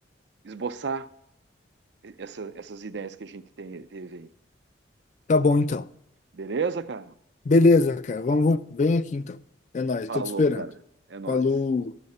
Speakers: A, on the right; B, on the left.
A: esboçar essa- essas ideias que a gente tem, teve aí.
B: Tá bom, então.
A: Beleza, cara?
B: Beleza, cara. Vamos, vamos- vem aqui então. É nóis,
A: Falou,
B: tô te esperando.
A: cara. É nóis.
B: Falou.